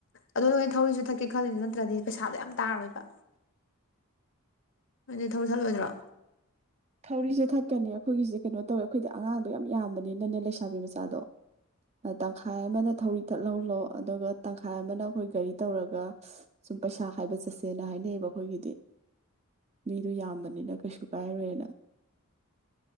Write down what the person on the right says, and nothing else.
ꯇꯧꯔꯤꯁꯦ ꯊꯠꯀꯅꯤ ꯑꯩꯈꯣꯏꯒꯤꯁꯦ ꯀꯩꯅꯣ ꯇꯧꯋꯦ ꯑꯩꯈꯣꯏꯗꯤ ꯑꯉꯥꯡꯗꯣ ꯌꯥꯝꯕꯅꯤꯅꯅꯦ ꯂꯩꯁꯥꯕꯤ ꯃꯆꯥꯗꯣ ꯇꯪꯈꯥꯏ ꯑꯃꯅ ꯊꯧꯔꯤ ꯇꯠꯍꯧꯂꯣ ꯑꯗꯨꯒ ꯇꯪꯈꯥꯏ ꯑꯃꯅ ꯑꯩꯈꯣꯏ ꯒꯥꯔꯤ ꯇꯧꯔꯒ ꯁꯨꯝ ꯄꯩꯁꯥ ꯍꯥꯏꯕ ꯆꯠꯁꯦꯅ ꯍꯥꯏꯅꯩꯌꯦꯕ ꯑꯩꯈꯣꯏꯒꯤꯗꯤ ꯃꯤꯗꯣ ꯌꯥꯝꯕꯅꯤꯅ ꯀꯩꯁꯨ ꯀꯥꯏꯔꯣꯏꯅ